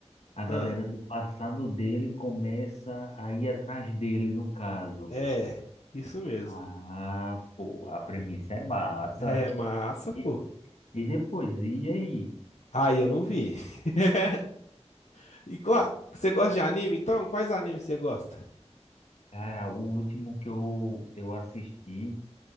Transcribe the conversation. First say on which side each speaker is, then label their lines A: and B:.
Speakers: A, on the left (about 70°); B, on the left (about 80°).
A: a galera
B: ah,
A: do passado dele começa a ir atrás dele, no caso.
B: é, isso mesmo.
A: Ah, pô, a premissa é massa.
B: É massa, pô.
A: E, e depois, e aí?
B: Aí eu não vi. <laughs> E qual, você gosta de anime? Então, quais animes você gosta?
A: Cara, o último que eu, eu assisti